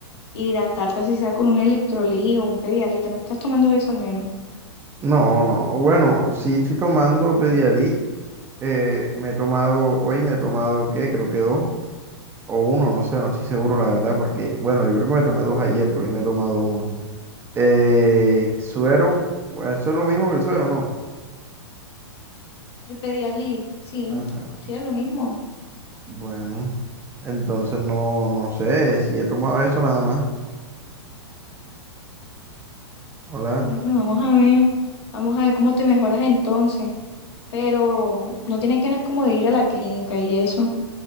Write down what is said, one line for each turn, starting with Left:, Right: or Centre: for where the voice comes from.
Left: hidratarte así sea con un electrolí o un Pedialyte. ¿Te no estás tomando eso al menos?
Right: No, no. Bueno, si estoy tomando Pedialyte, eh, me he tomado, hoy me he tomado, ¿qué? Creo que dos. O uno, no sé, no estoy seguro la verdad, porque, bueno, yo creo que me tomé dos ayer, pero hoy me he tomado uno. Eh, suero, bueno, eso es lo mismo que el suero, ¿no?
Left: El Pedialyte, sí,
Right: Ajá.
Left: sí es lo mismo.
Right: Bueno, entonces no, no sé si he tomado eso nada más. Hola.
Left: Bueno, vamos a ver, vamos a ver cómo te mejoras entonces. Pero no tienes ganas como de ir a la clínica y eso.